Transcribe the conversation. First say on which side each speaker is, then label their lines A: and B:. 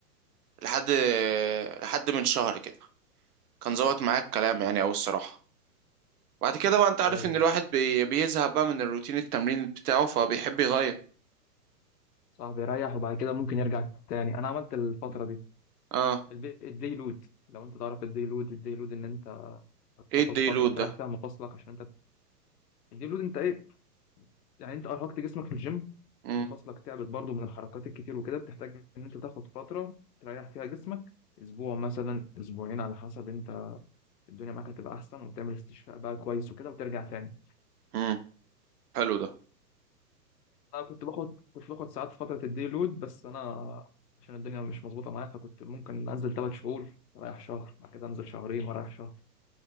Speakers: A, on the right (about 65°); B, on the left (about 75°).
A: لحد لحد من شهر كده كان ظبط معايا الكلام يعني أوي الصراحة بعد كده بقى أنت عارف
B: كويس
A: إن الواحد بي... بيزهق بقى من الروتين التمرين بتاعه فبيحب يغير
B: صاحبي يريح وبعد كده ممكن يرجع تاني انا عملت الفتره دي
A: اه
B: البي... الدي لود لو انت تعرف الدي لود الدي لود ان انت بتاخد
A: ايه الديلود
B: فتره تريح
A: ده
B: فيها مفاصلك عشان انت الدي لود انت ايه يعني انت ارهقت جسمك في الجيم
A: مم.
B: ومفاصلك تعبت برضو من الحركات الكتير وكده بتحتاج ان انت تاخد فتره تريح فيها جسمك اسبوع مثلا اسبوعين على حسب انت الدنيا معاك هتبقى احسن وتعمل استشفاء بقى كويس وكده وترجع تاني
A: مم. حلو ده
B: انا كنت باخد كنت باخد ساعات في فتره الدي لود بس انا عشان الدنيا مش مظبوطه معايا فكنت ممكن انزل ثلاث شهور ورايح شهر بعد كده انزل شهرين ورايح شهر